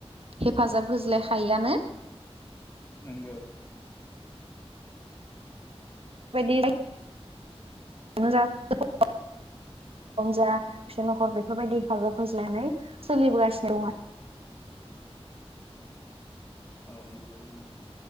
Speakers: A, on the right; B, on the left.
A: हेफाजाब होज्लायखायोआनो।
B: नोंगौ
A: बेफोरबादि जा <unintelligible> जा बेफोरबायदि हेफाजाब होज्लायनाय सोलिबोगासिनो दं आ <unintelligible>
B: औ नंगौ नामा?